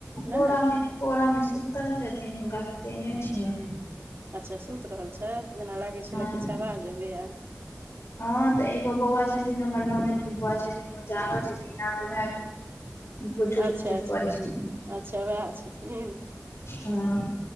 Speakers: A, on the right; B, on the left.
A: नहि
B: कोरामे कोरामे सुतल छथिन हुनका सुतेने छियैन
A: अच्छा सुति रहल छथि जेना लागै छलए
B: हँ
A: किछु आवाज अबैए
B: हँ तऽ एगो बौआ छथिन हमर ननैद बाआ छथिन ओ जागल छथिन न त ओहे खुचुर
A: अच्छा
B: खुचुर
A: अच्छा
B: करै छथिन
A: अच्छा उएह छथिन
B: हँ